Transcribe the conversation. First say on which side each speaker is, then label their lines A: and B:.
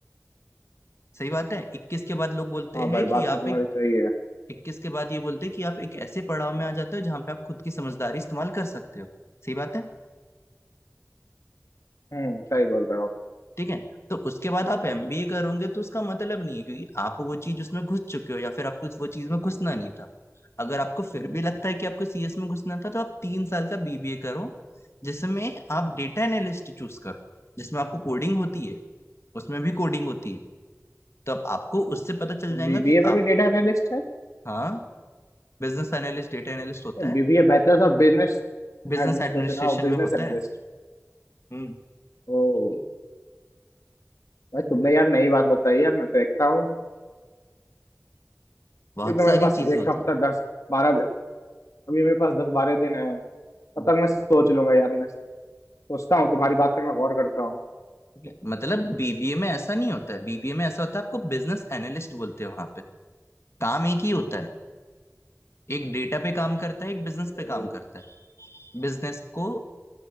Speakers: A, on the left (about 55°); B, on the left (about 85°).
A: सही बात है इक्कीस के बाद लोग बोलते
B: हाँ भाई
A: हैं कि
B: बात तो
A: आप
B: तुम्हारी
A: एक
B: सही है
A: इक्कीस के बाद ये बोलते हैं कि आप एक ऐसे पड़ाव में आ जाते हो जहां पे आप खुद की समझदारी इस्तेमाल कर सकते हो सही बात है
B: हम्म सही बोल रहे हो
A: ठीक है तो उसके बाद आप एमबीए करोगे तो उसका मतलब नहीं है क्योंकि आप वो चीज उसमें घुस चुके हो या फिर आपको वो चीज में घुसना नहीं था अगर आपको फिर भी लगता है कि आपको सीएस में घुसना था तो आप तीन साल का बीबीए करो जिसमें आप डेटा एनालिस्ट चूज करो जिसमें आपको कोडिंग होती है उसमें भी कोडिंग होती है तो अब आपको उससे पता चल
B: और
A: जाएगा
B: बीबीए
A: कि
B: में
A: आप
B: भी डेटा एनालिस्ट है
A: हाँ बिजनेस एनालिस्ट डेटा एनालिस्ट होता है
B: BBA bachelors of business
A: बिजनेस
B: administration
A: एडमिनिस्ट्रेशन
B: और बिजनेस
A: में होता
B: एनालिस्ट
A: है हम्म
B: ओ भाई तुमने यार नई बात बताई यार मैं तो देखता हूँ
A: बहुत
B: अभी तो
A: सारी
B: मेरे पास
A: चीजें
B: एक
A: होती
B: हफ्ता
A: है
B: दस बारह दिन अभी मेरे पास दस बारह दिन है तब
A: हम्म,
B: तक मैं सोच लूंगा यार मैं सोचता हूँ तुम्हारी बात पे मैं गौर करता हूँ
A: ठीक है मतलब बीबीए में ऐसा नहीं होता है बीबीए में ऐसा होता है आपको बिजनेस एनालिस्ट बोलते हो वहां पे काम एक ही होता है एक डेटा पे काम करता है एक बिजनेस पे
B: ओके,
A: काम करता है बिजनेस को